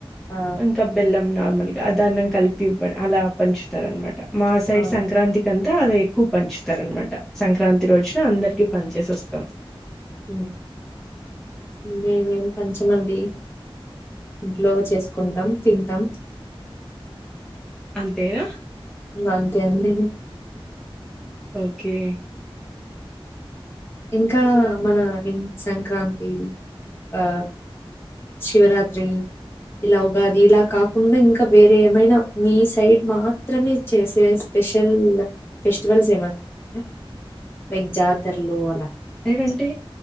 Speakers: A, on the left (about 25°); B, in the centre.
A: ఆ!
B: ఇంకా బెల్లం నా మనకి అ దాన్నం కలిపి ఇవ్వడ్ అలా పంచుతారనమాట మా సైడ్
A: ఆ!
B: సంక్రాంతి తా అది ఎక్కువ పంచుతారు అనమాట సంక్రాంతి రోజున అందరికి పని చేేసి వస్తాం
A: హుమ్ మేమేం పంచిమండి ఇంట్లో చేసుకుంటాం తింటాం
B: అంతేనా
A: అంతే అడి
B: ఓకే
A: ఇంకా మన ఇ సంక్రాంతి ఆ శివరాత్రి ఇలా ఉగాది ఇలా కాకుండా ఇంకా వేరే ఏమైనా మీ సైడ్ మాత్రమే చేసే స్పెషల్ ఫెస్టివల్స్ ఏమన్న ఉన్నాయ లైక్ జాతరలు అలా
B: అంటే